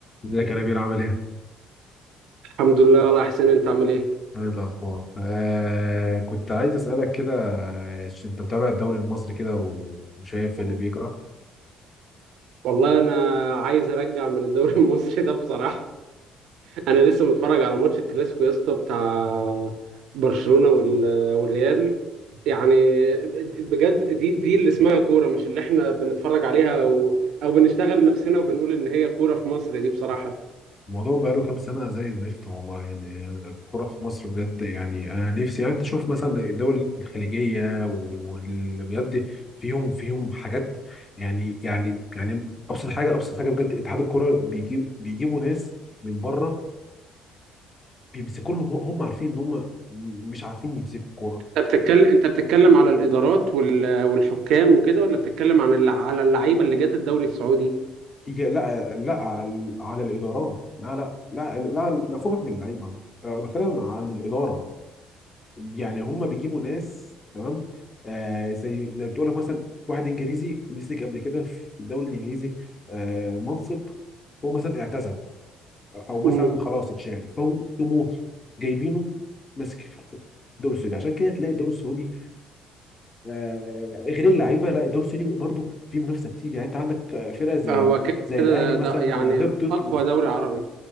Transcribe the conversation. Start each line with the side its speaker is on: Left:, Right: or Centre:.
Left: ازيك يا نبيل عامل ايه؟
Right: الحمد لله والله يا حسين انت عامل ايه
Left: ايه الاخبار؟ آه كنت عايز اسالك كده آه، انت متابع الدوري المصري كده و- وشايف
Right: مم.
Left: اللي بيجرى؟
Right: والله انا عايز ارجع من الدوري <laughs> المصري ده بصراحه انا لسه متفرج على ماتش الكلاسيكو يا اسطى بتاع برشلونه وال- والريال يعني بجد دي دي اللي اسمها كوره مش اللي احنا بنتفرج عليها او او بنشتغل نفسنا وبنقول ان هي كوره في مصر دي بصراحه
Left: الموضوع بقاله كام سنه زي الزفت والله يعني الكوره في مصر بجد يعني انا نفسي يعني انت شوف مثلا الدول الخليجيه واللي بجد فيهم فيهم حاجات يعني يعني يعني ابسط حاجه ابسط حاجه بجد اتحاد الكوره بيجيب بيجيبوا ناس من بره بيمسكوا لهم هم عارفين ان هم مش عارفين يمسكوا الكوره
Right: انت بتتكلم انت بتتكلم على الادارات وال... والحكام وكده ولا بتتكلم عن الل... على اللعيبه اللي جت الدوري السعودي
Left: يا- لا لا على على الادارات لا لا لا لا, لا فوقك من اللعيبه أه، بتكلم عن الاداره يعني هم بيجيبوا ناس تمام آه زي زي بتقول لك مثلا واحد انجليزي مسك قبل كده في الدوري الانجليزي آه منصب هو مثلا اعتزل او مثلا
Right: امم
Left: خلاص اتشال فهو يقوموا جايبينه ماسك في الدوري السعودي عشان كده تلاقي الدوري السعودي آه غير اللعيبه لا الدوري السعودي برضه فيه منافسه كتير يعني انت عندك آه، فرق زي
Right: هو
Left: ال-
Right: كده
Left: زي
Right: كده
Left: الاهلي
Right: ده,
Left: مثلا
Right: ده يعني
Left: هبطت
Right: اقوى دوري عربي